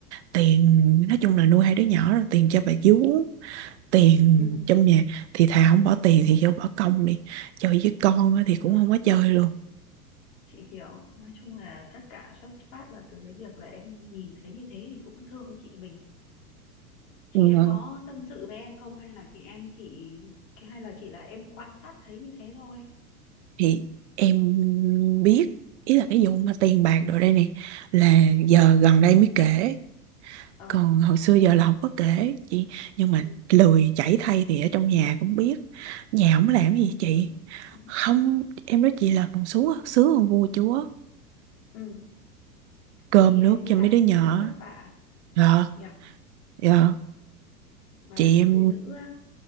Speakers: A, on the right; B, on the left.
A: tiền nói chung là nuôi hai đứa nhỏ rồi tiền cho bà vú tiền
B: ừ
A: trong nhà thì thà không bỏ tiền thì vô bỏ công đi chơi với con
B: ừ,
A: á
B: đúng
A: thì cũng
B: rồi
A: không có chơi luôn
B: chị hiểu nói chung là tất cả xuất phát là từ cái việc là em nhìn thấy như thế thì cũng thương chị mình chị
A: Ừ.
B: em
A: ờ.
B: có tâm sự với em không hay là chị em chỉ cái hay là chỉ là em quan sát thấy như thế thôi
A: thì em biết ý là cái vụ mà tiền
B: ừ
A: bạc đồ đây nè là giờ
B: ừ
A: gần đây mới kể
B: ờ
A: còn hồi xưa giờ là không có kể chị nhưng mà
B: ừ
A: lười chảy thay thì ở trong nhà cũng biết nhà không làm gì
B: <laughs>
A: chị không em nói chị là còn xuống sướng hơn vua chúa
B: ừ
A: cơm
B: chị em
A: nước
B: đi
A: cho
B: làm
A: mấy đứa nhỏ
B: thế cũng vất vả
A: dạ
B: nhỉ
A: dạ
B: mà
A: chị em
B: phụ nữ á,